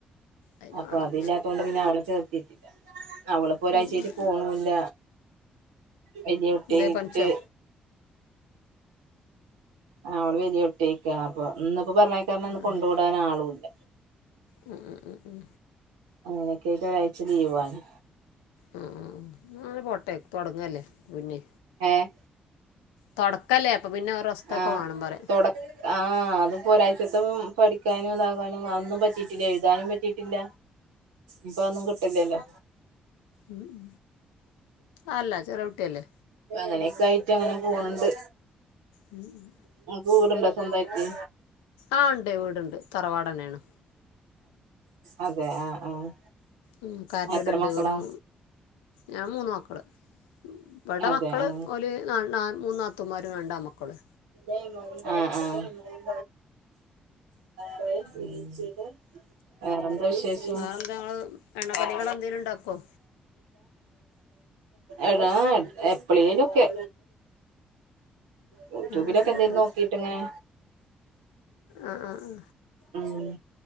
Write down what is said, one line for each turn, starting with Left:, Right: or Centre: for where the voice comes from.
Left: അതിന്
Right: അപ്പൊ
Left: വേണം
Right: അതില്ലാത്തൊണ്ട് പിന്നാ അവള ചേർത്തിട്ടില്ല അവള് പ്പ ഒരാഴ്ചയിട്ട്
Left: ഉം ഉം
Right: പോണുല്ല വലിയ കുട്ട്യായിട്ട്
Left: എന്തേ പനിച്ചോ
Right: ആഹ് അവള് വലിയകുട്ടി ആയിക്കാണ് അപ്പൊ ഇന്ന് ഇപ്പൊ പറഞ്ഞയക്കാന്ന് ഇന്ന്
Left: ആഹ്
Right: കൊണ്ടുവിടാൻ ആളൂല്ല
Left: ഉം ഉം ഉം ഉം
Right: അങ്ങനെക്കായിട്ട് ഒരാഴ്ച ലീവാണ്
Left: ഉം ഉം ഉം അങ്ങനെ പോട്ടെ തുടങ്ങല്ലേ പിന്നെ
Right: ഏഹ്
Left: തുടക്കല്ലേ അപ്പം പിന്നെ ഒരു റസ്റ്റൊക്കെ
Right: ആഹ്
Left: വേണം പറയാ
Right: തൊട ആഹ് അതിപ്പോ ഒരാഴ്ചത്തെം പഠിക്കാനും ഇതാകാനും അതൊന്നും പറ്റിയിട്ടില്ല എഴുതാനും പറ്റിട്ടില്ല ഇപ്പാ അതൊന്നും കിട്ടില്ലല്ലോ
Left: ഉം അല്ല ചെറിയകുട്ടിയല്ലേ
Right: അങ്ങനെക്കായിട്ട് അങ്ങനെ പോണ്‌ണ്ട്
Left: ഉം ഉം
Right: നിങ്ങക്ക് വീടുണ്ട സ്വന്തായിട്ട്
Left: ആഹ് ഉണ്ട് വീടുണ്ട് തറവാടന്നെയാണ്
Right: അതെ ആഹ് ആഹ്
Left: ഉം കാരനോരുണ്ട്ലും
Right: എത്ര മക്കളാ
Left: ഞാൻ മൂന്ന് മക്കള് ഇവടെ
Right: അതെ
Left: മക്കൾ
Right: ആഹ്
Left: ഒല് നാ നാ മൂന്നാത്തുമ്മാരും രണ്ടാണ്മക്കള്
Right: ഉം ഉം ഉം വേറെന്താ വിശേഷം
Left: വേറെന്താ ഇങ്ങള് എണ്ണക്കടികളെന്തേലും ഇണ്ടാക്കോ
Right: എടാ എപ്പളേലോക്കെ യൂട്യൂബിലൊക്കെ
Left: ആഹ് ആഹ്
Right: എന്തേലും
Left: ആഹ്
Right: നോക്കിട്ട് ഇങ്ങനെ
Left: ആ ആ ആ
Right: ആഹ്